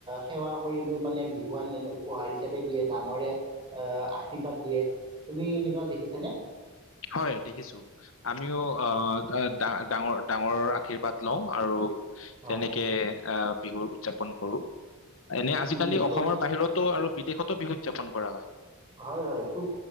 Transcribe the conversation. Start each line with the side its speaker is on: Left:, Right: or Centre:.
Right: সেৱা কৰি লৈ মানে বিহুৱান উপহাৰ হিচাপে দিয়ে ডাঙৰে আশীৰ্বাদ দিয়ে তুমি এনেকুৱা দেখিছানে?
Left: হয় দেখিছোঁ । আমিও অ ডা ডাঙৰ ডাঙৰৰ আশীৰ্বাদ লওঁ আৰু
Right: অ
Left: তেনেকে অহ বিহু উৎযাপন কৰোঁ‌ । এনে আজিকালি
Right: উম খুব
Left: অসমৰ বাহিৰতো আৰু বিদেশত তো বিহু উৎযাপন কৰা হয় ।
Right: হয় হয় খুব